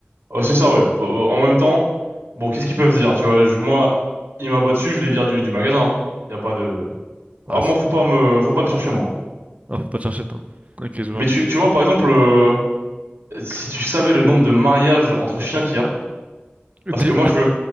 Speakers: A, on the right; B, on the right.
A: Oh, c'est ça, ouais. Oh, oh, en même temps, bon, qu'est-ce qu'ils peuvent dire, tu vois, je- moi, ils m'aboient dessus, je les vire du, du magasin, hein. Y a pas de,
B: Ah,
A: Ah, moi,
B: c'est-
A: faut pas me, faut pas me chercher, moi.
B: ah, faut pas te chercher, attends. Ok, je vois.
A: Mais tu, tu vois, par exemple, euh, si tu savais le nombre de mariages entre chiens qu'il y a,
B: Des-
A: parce que moi,
B: <laughs>
A: je,